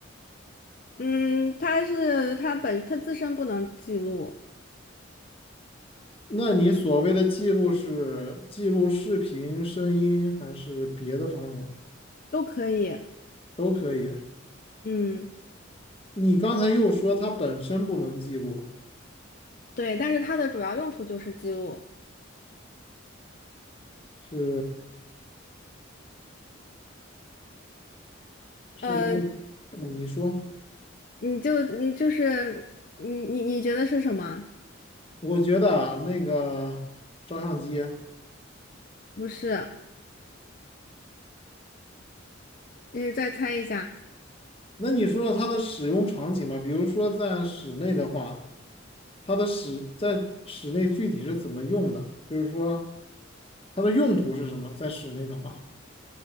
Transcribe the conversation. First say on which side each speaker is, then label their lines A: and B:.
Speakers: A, on the left (about 45°); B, on the left (about 30°).
A: 嗯，它是它本它自身不能记录，
B: 那你所谓的记录是记录视频、声音还是别的方面
A: 都可以，
B: 都可以？
A: 嗯，
B: 你刚才又说它本身不能记录，
A: 对，但是它的主要用途就是记录，
B: 是是那，
A: 呃，
B: 嗯你说，
A: 你就嗯就是你你你觉得是什么？
B: 我觉得啊，那个照相机，
A: 不是，你再猜一下，
B: 那你说它的使用场景吧，比如说在室内的话，它的使在室内具体是怎么用的？就是说它的用途是什么？在室内的话，